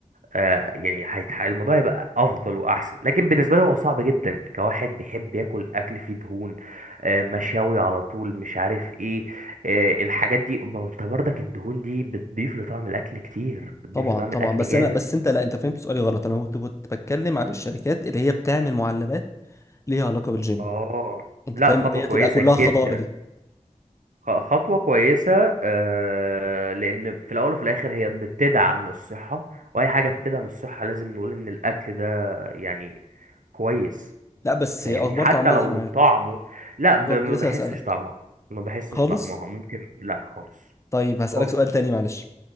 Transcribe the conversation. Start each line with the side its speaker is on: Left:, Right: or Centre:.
Right: آه، يعني هيتح... الموضوع هيبقى افضل واحسن لكن بالنسبه لي هو صعب جدا كواحد بيحب ياكل اكل فيه دهون آه، مشاوي على طول مش عارف ايه آه، الحاجات دي ما هو انت برضك الدهون دي بتضيف لطعم الاكل كتير بتضيف
Left: طبعا
Right: لطعم
Left: طبعا
Right: الاكل
Left: بس
Right: جامد
Left: انا بس انت لا انت فهمت سؤالي غلط انا كنت كنت بتكلم عن الشركات اللي هي بتعمل معلبات ليها علاقه بالجيم
Right: اه
Left: انت
Right: لا
Left: فاهم
Right: خطوه
Left: اللي
Right: كويسه
Left: هي تبقى كلها
Right: جدا
Left: خضار دي
Right: خ- خطوه كويسه آه، لان في الاول وفي الاخر هي بتدعم الصحه واي حاجه بتدعم الصحه لازم نقول ان الاكل ده يعني كويس
Left: لا بس
Right: فاهمني
Left: اخبار
Right: حتى
Left: طعمها
Right: لو
Left: ايه معاك
Right: طعمه لا ب-
Left: بالظبط
Right: ما
Left: لسه
Right: بحسش
Left: هسالك
Right: طعمها ما بحسش
Left: خالص
Right: طعمها ممكن لا خالص
Left: طيب هسألك
Right: خالص
Left: سؤال تاني معلش